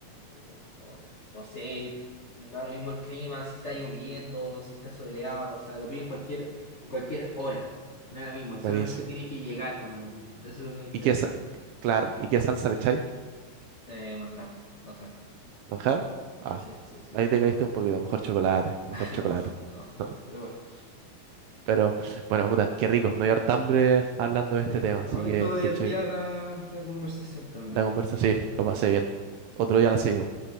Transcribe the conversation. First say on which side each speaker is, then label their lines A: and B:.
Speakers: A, on the left; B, on the right.
A: o- o no sé, da lo mismo el clima, si está lloviendo, si está soleado, o sea, lo pido en cualquier, en cualquier hora. Me da lo mismo, solamente
B: Buenísimo.
A: tiene que llegar cuando lo pido. Eso es lo que me interesa.
B: ¿Y qué, sa- claro, ¿y qué salsa le echáis?
A: Eh, bajar, bajar.
B: ¿Manjar? Ah,
A: Sí, sí, sí, sí.
B: ahí
A: sí.
B: te caíste un poquito. Mejor chocolate,
A: <laughs>
B: mejor chocolate.
A: No, no, no,
B: Ah,
A: pero bueno.
B: Pero, bueno, puta, qué rico. Me dio harta hambre hablando de este
A: Sí.
B: tema. Así
A: No, estuvo
B: que,
A: divertida
B: de hecho,
A: la, la conversación también.
B: la conversa sí, lo pasé bien. Otro día la seguimos.